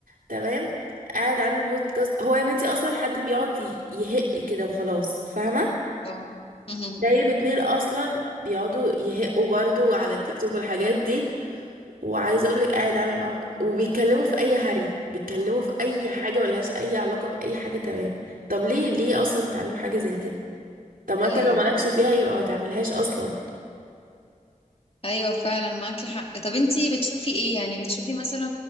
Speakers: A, on the right (about 85°); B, on the left (about 45°).
A: تمام قاعد عامل بودكاست هو يا بنتي اصلا حد بيقعد ي- يهق كده وخلاص فاهمه
B: اه <laughs>
A: جايب اتنين اصلا بيقعدوا يهقوا برضو على التيك توك والحاجات دي وعايزه اقول لك قاعد عامل معاهم وبيتكلموا في اي هري بيتكلموا في اي حاجه ملهاش اي علاقه باي حاجه تمام طب ليه ليه اصلا تعملوا حاجه زي كده طب ما
B: ايوه
A: انت لو مالكش فيها يبقى ما تعملهاش اصلا
B: ايوه فعلا معاكي حق طب انتي بتشوفي ايه يعني بتشوفي مثلا